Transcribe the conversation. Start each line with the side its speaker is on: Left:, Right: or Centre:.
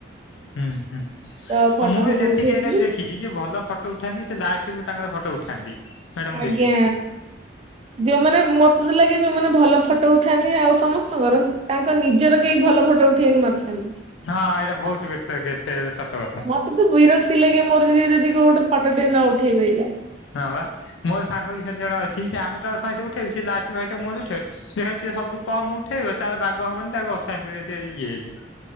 Left: ହୁଁ ହୁଁ
Right: ତ ଫଟୋ
Left: ହଁ ମୁଁ
Right: ଫଟୋ
Left: ବି ଯେତିକି
Right: ଉଠେଇଥିଲି
Left: ଏଇଟା ବି ଦେଖିଛି ଯି ଯିଏ ଭଲ ଫଟୋ ଉଠାନ୍ତି ସେ ଲାଷ୍ଟକୁ ତାଙ୍କର ଫଟୋ ଉଠାନ୍ତି। ସେଇଟା ମୁଁ
Right: ଆଜ୍ଞା
Left: ଦେଖିଛି
Right: ଯୋଉମାନେ ମତ ସେଥି ଲାଗୀ ଯୋଉମାନେ ଭଲ ଫଟୋ ଉଠାନ୍ତି ଆଉ ସମସ୍ତଙ୍କର ତାଙ୍କ ନିଜର କେହି ଭଲ ଫଟୋ ଉଠେଇ ବାକୁ ନଥାନ୍ତି।
Left: ହଁ ଏଇଟା ବୋହୁତ୍ <unintelligible> ଏତେ ସତ କଥା।
Right: ମତେ ବିରକ୍ତି ଲାଗେ ମୋର ଯଦି ଗୋଟେ ଫଟୋ ଟେ ନ ଉଠେଇଲେ।
Left: ହଁ ବା ମୋର ସାଙ୍ଗ ବି ସେମତି ଜଣେ ଅଛି ସେ ଆମେ ତା ସହିତ ଉଠେଇବୁ ସେ ଲାଷ୍ଟ ଭାଇତ ମୋ ଉଠେଇ ସେଟା ସେ ସବୁଠୁ କମ୍ ଉଠେଇବେ ତାର ବାଘ ହବନି ତାକୁ ଅଶାନ୍ତି ସେ ଇଏ ହେଇଯିବେ।